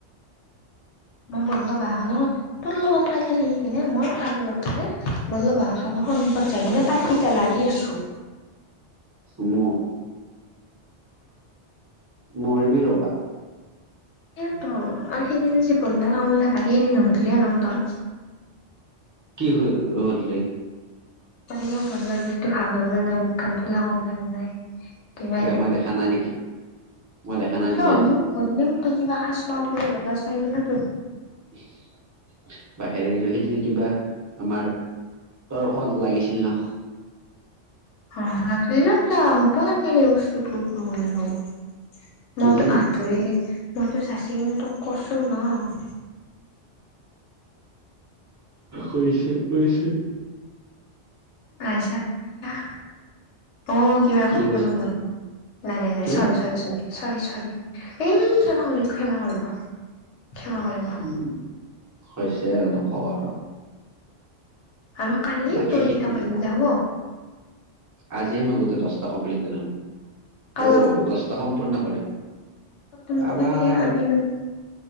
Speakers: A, on the left; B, on the right.
A: <unintelligible> তোৰ লগত পাই সি কিনে মই পাগলৰ দৰে বলো বা খৰ সন্মুখত যাই কিনে পাতি পেলাৰি আছোঁ।
B: মোৰ, মৰিবি ৰ'বা।
A: সেয়ে ত' আৰু সেইদিনা যি বল্লে কামলা বাকীখিনি নুসুধিলে ন তই।
B: কি হল ৰৈ দিলি।
A: মানে মোৰ গল্লাৰ বিষটো ভাল হ'ল নে নাই, মুখ খান ফুলা কমলা নে নাই? কিবা
B: মই দেখা নাই নেকি? মই দেখা নাই
A: চ'
B: নেকি
A: মোক কৈ দিলে হল তই কিবা খাইছ, কিবা লগাইছ সেইবিলাক
B: <unintelligible> বাহিৰে গৈছোঁ সেইখিনি কিবা আমাৰ তৰ্ক লাগিছিল ন।
A: <unintelligible> ধৰি, মইতো চাচি কিনে
B: কি হৈছিল?
A: তোক কৈছো ন।
B: কৈছে, কৈছে।
A: আইছা, বাহ। অ', কিবা
B: কি কৈছে
A: কলোঁ মই! নাই, নাই, নাই
B: কি
A: sorry, sorry, sorry, sorry, sorry. এ ক্ষমা কৰিব, ক্ষমা কৰিব, ক্ষমা কৰিব।
B: উম হৈছে আৰু নকওঁ আৰু।
A: আৰু কালি
B: বাকী
A: তোৰ
B: খেতি
A: গিটা
B: নকওঁ
A: কৰিম দে, হ'ব?
B: আজিয়ে মই গোটেই দহটা কমপ্লিট কৰিম,
A: কাৰ
B: অও দহটা সম্পূৰ্ণ কৰিম।
A: তইটো মোক
B: কাৰোবাক
A: কলি এ আপিল লগত,